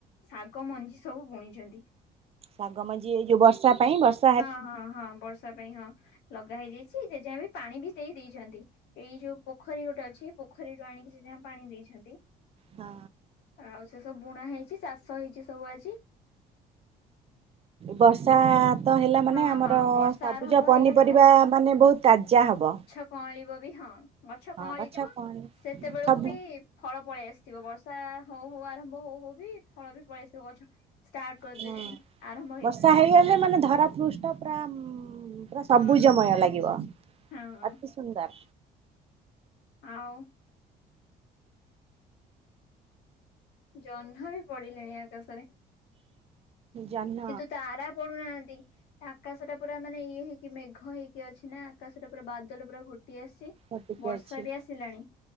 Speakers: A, on the left; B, on the right.
A: ଶାଗ ମଞ୍ଜି ସବୁ ବୁଣିଛନ୍ତି।
B: ଶାଗ ମଞ୍ଜି ଏଇ ଯୋଉ ବର୍ଷା ପାଇଁ ବର୍ଷ
A: ହଁ ହଁ ହଁ ବର୍ଷା ପାଇଁ ହଁ ଲଗା ହେଇଯାଇଛି ଜେଜେମା ବି ପାଣି ବି ଦେଇ ଦେଇଛନ୍ତି। ଏଇ ଯୋଉ ପୋଖରୀ ଗୋଟେ ଅଛି ପୋଖରୀରୁ ଆଣିକି ସେ ଯାହା ପାଣି ଦେଇଛନ୍ତି।
B: ହଁ।
A: ଆଉ ସେ ସବୁ ବୁଣା ହେଇଛି ଚାଷ ହେଇଛି ସବୁ ଆଜି।
B: ବର୍ଷା ତ ହେଲା ମାନେ
A: ହଁ
B: ଆମର
A: ହଁ ବର୍ଷା
B: ସବୁଜ
A: ଆରମ୍ଭ
B: ପନିପରିବା
A: ହେଇଗଲା
B: ମାନେ ବହୁତ ତାଜା ହବ।
A: କଁଳିବ ବି ହଁ ଗଛ
B: ହଁ
A: କଁଳି ଯିବ
B: କଣ
A: ସେତେବେଳକୁ
B: ସବୁ
A: ବି ଫଳ ପଳେଇ ଆସିଥିବ ବର୍ଷା ହଉ ହଉ ଆରମ୍ଭ ହଉ ହଉ ବି ଫଳ ବି ପଳେଇ ଆସିଥିବ ଗଛ ଷ୍ଟାର୍ଟ କରିଦେଲେଣି
B: ହଁ
A: ଆରମ୍ଭ ହେଇଗଲାଣି।
B: ବର୍ଷା ହେଇଗଲେ ମାନେ ଧରା ପୃଷ୍ଟ ପୁରା ଉଁ ପୁରା ସବୁଜମୟ
A: ହଁ
B: ଲାଗିବ
A: ହଁ
B: ଅତି ସୁନ୍ଦର।
A: ଆଉ ଜହ୍ନ ବି ପଡିଲେଣି ଆକାଶରେ।
B: ଜହ୍ନ
A: କିନ୍ତୁ ତାରା ପଡୁନାହାନ୍ତି। ଆକାଶଟା ପୁରା ମାନେ ଇଏ ହେଇକି ମେଘ ହେଇକି ଅଛି ନା ଆକାଶଟା ପୁରା ବାଦଲ ପୁରା ଘୋଟି ଆସିଛି।
B: ଆଉ ଟିକେ
A: ବର୍ଷା
B: ଅଛି,
A: ବି ଆସିଲାଣି